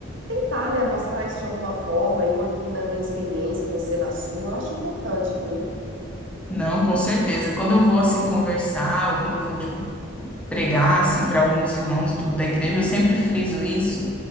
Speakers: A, on the right; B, in the centre.
A: tentar, né, mostrar isso de alguma forma, eu aqui na minha experiência, você na sua, eu acho importante, viu?
B: Não, com certeza. Quando eu vou assim conversar, ou quando eu vou, tipo, pregar assim para alguns irmãos tudo da igreja, eu sempre friso isso,